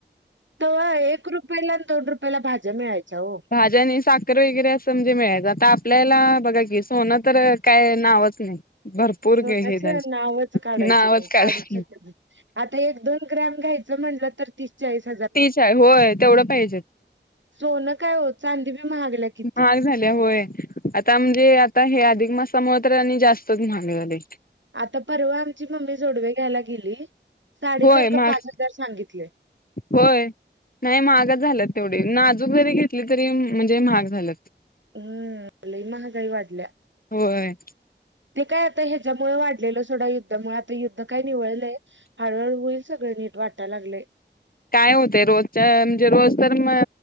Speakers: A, on the right; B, on the left.
A: त एक रुपयाला आणि दोन रुपयाला भाज्या मिळायच्या हो
B: भाज्या आणि साखर वगैरे असं म्हणजे मिळायचं आता आपल्याला बघा की सोनं तर काय नावच नाही भरपूर
A: सोण्या्याचे
B: हे झालं
A: नावच काढायचे
B: नावच
A: नाही
B: काढाय
A: काढू शक आता एक दोन ग्रॅम घ्यायचं म्हटलं तर तीस जाईस
B: तीस आहे होय तेवढं पाहिजे
A: सोनं काय हो चांदी बी महागल्या किती
B: महाग झाल्या होय आता म्हणजे आता हे अधिक मासामुळे तर त्यांनी जास्तच म्हलेले
A: आता परवा आमची मम्मी जोडवे घ्यायला गेली साडेचार
B: होय महाग
A: का पाच हजार सांगितले
B: होय नाही महागच झालं तेवढी नाजूक जरी घेतली तरी म्हणजे महाग झालंत
A: हम्म लई महागई वाढल्या
B: होय
A: ते काय आता ह्याच्यामुळे वाढलेलं सोडा युद्धामुळे आता युद्ध काय निवळलंय हळूहळू होईल सगळे नीट वाटायला लागले
B: काय होते रोज म्हणजे रोज तर म